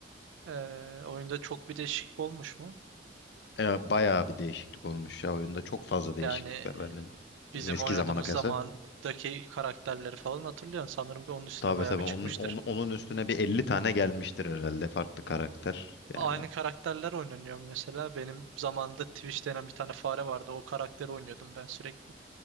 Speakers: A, on the right (about 80°); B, on the left (about 60°).
A: Ee, oyunda çok bir değişiklik olmuş mu?
B: Ee, bayağı bir değişiklik olmuş ya oyunda. Çok fazla değişiklikler
A: Yani
B: var.
A: bizim
B: Yani eski
A: oynadığımız
B: zamana kıyasla.
A: zamandaki karakterleri falan hatırlıyorum. Sanırım bir onun üstüne
B: Tabii
A: bayağı
B: tabii
A: bir çıkmıştır.
B: onun, onun, onun üstüne bir 50 tane gelmiştir herhalde farklı karakter. Yani
A: Aynı karakterler oynanıyor mesela. Benim zamanımda Twitch denen bir tane fare vardı. O karakteri oynuyordum ben sürekli.